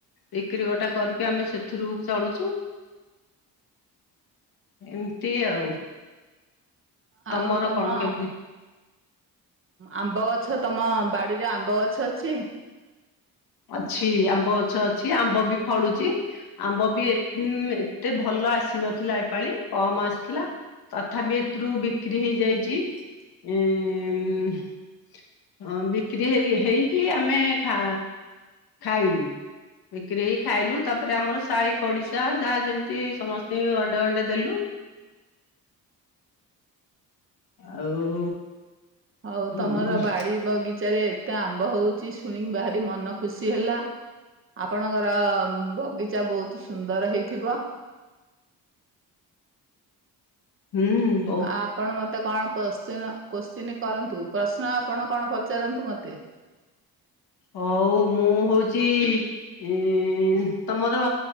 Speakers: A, on the left; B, on the right.
A: ବିକ୍ରି ବଟା କରିକି ଆମେ ସେଥିରୁ ଚଳୁଛୁ। ଏମିତି ଆଉ।
B: ଆଉ
A: ତମର
B: ତମ
A: କଣ କେମିତି?
B: ଆମ୍ବ ଗଛ ତମ ବାଡିରେ ଆମ୍ବ ଗଛ ଅଛି?
A: ଅଛି ଆମ୍ବ ଗଛ ଅଛି ଆମ୍ବ ବି ଫଳୁଛି। ଆମ୍ବ ବି ଏତେ ଭଲ ଆସିନଥିଲା ଏପାଳି କମ ଆସିଥିଲା। ତଥାପି ହେଥିରୁ ବିକ୍ରି ହେଇଯାଇଛି ଉଁ ହଁ ବିକ୍ରି ହେ ହେଇକି ଆମେ ଖା ଖାଇଲୁ। ବିକ୍ରି ହେଇକି ଖାଇଲୁ ତାପରେ ଆମର ସାହି ପଡିଶା ଯାହା ଯେମିତି ସମସ୍ତଙ୍କୁ ଗଣ୍ଡେ ଗଣ୍ଡେ ଦେଲୁ। ଆଉ
B: ଆଉ
A: ହୁଁ
B: ତମର ବାଡି ବଗିଚାରେ ଏତେ ଆମ୍ବ ହଉଛି ଶୁଣିକି ଭାରି ମନ ଖୁସି ହେଲା। ଆପଣଙ୍କର ବଗିଚା ବହୁତ ସୁନ୍ଦର ହେଇଥିବ।
A: ହୁଁ।
B: ଆ ଆପଣ ମତେ କଣ ପଶ୍ଚିନ କୋଶ୍ଚିନ୍ କରନ୍ତୁ ପ୍ରଶ୍ନ ଆପଣ କଣ ପଚାରନ୍ତୁ ମୋତେ?
A: ହଉ ମୁଁ ହଉଛି ଉଁ ତମର